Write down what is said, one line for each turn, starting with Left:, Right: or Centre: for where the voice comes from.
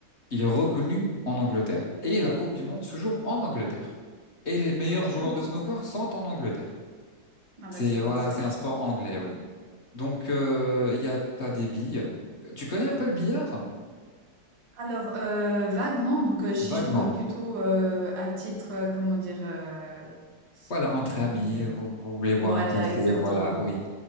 Left: il est reconnu en Angleterre. Et la Coupe du Monde se joue en Angleterre. Et les meilleurs
Right: Ah tiens,
Left: joueurs de
Right: ok.
Left: snooker sont en Angleterre.
Right: Ah
Left: C'est,
Right: bah tiens,
Left: voilà,
Right: ouais, c'est.
Left: c'est un sport anglais, oui. Donc, euh, il y a, t'as des billes. Tu connais un peu le billard?
Right: Alors euh, vaguement, donc euh, j'y
Left: Vaguement.
Right: joue euh, plutôt euh, à titre, euh, comment dire, euh,
Left: Voilà, entre
Right: euh,
Left: amis,
Right: comment dire.
Left: vous,
Right: euh,
Left: vous voulez boire
Right: Voilà,
Left: un café,
Right: exactement.
Left: voilà, oui.